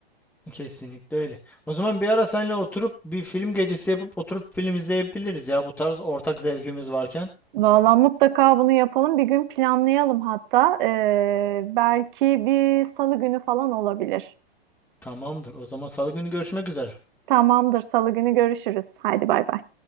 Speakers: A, in the centre; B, on the right.
A: Kesinlikle öyle. O zaman bir ara seninle oturup bir film gecesi yapıp oturup film izleyebiliriz ya bu tarz ortak zevkimiz varken.
B: Valla mutlaka bunu yapalım. Bir gün planlayalım hatta. Ee, belki bir salı günü falan olabilir.
A: Tamamdır. O zaman salı günü görüşmek üzere.
B: Tamamdır, salı günü görüşürüz. Haydi bay bay.